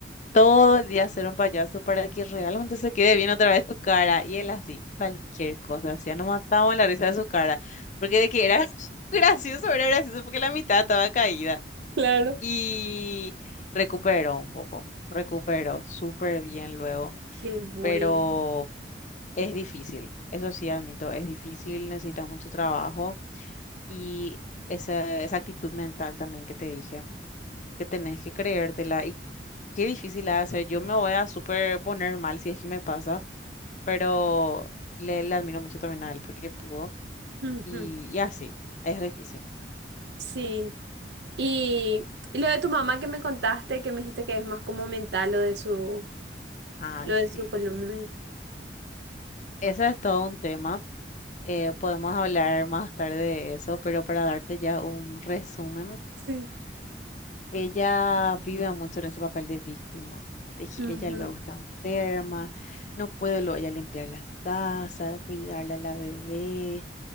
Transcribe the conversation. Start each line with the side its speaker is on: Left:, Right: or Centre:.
Left: todo el día ser un payaso para que realmente se quede bien otra vez tu cara. Y él así, cualquier cosa, hacía, nos matábamos la risa de su cara, porque de que era <laughs> gracioso, era gracioso porque la mitad estaba caída
Right: Claro.
Left: y recupero un poco, recupero súper bien luego,
Right: Qué bueno.
Left: pero es difícil, eso sí admito, es difícil, necesitas mucho trabajo y esa, esa actitud mental también que te dije, que tenés que creértela y qué difícil ha de ser. Yo me voy a súper poner mal si es que me pasa, pero le, le admiro mucho también a él porque pudo
Right: <laughs>
Left: y, y así, es difícil.
Right: Sí. Y, y lo de tu mamá que me contaste, que me dijiste que es más como mental lo de su,
Left: Ay,
Right: lo
Left: sí.
Right: de su columna. y-
Left: Ese es todo un tema. Eh, podemos hablar más tarde de eso, pero para darte ya un resumen,
Right: Sí.
Left: ella vive mucho en ese papel de víctima. De que
Right: Ujú,
Left: ella luego está enferma, no puede luego ella limpiar la casa, cuidarla a la bebé.